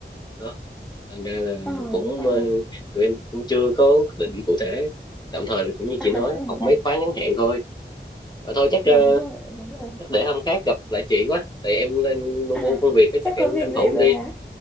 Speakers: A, on the left; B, in the centre.
A: đó thành ra là
B: ờ
A: cũng
B: ờ
A: ờ, tụi em cũng chưa có định cụ thể tạm thời là cũng như chị
B: <laughs>
A: nói học mấy khóa ngắn hạn thôi và thôi chắc
B: đúng
A: ờ,
B: rồi đúng rồi
A: chắc để hôm khác gặp lại chị quá tại em đang bu
B: à
A: bu công việc á,
B: chắc
A: chắc em
B: có việc
A: tranh thủ
B: gì rồi
A: em đi
B: hả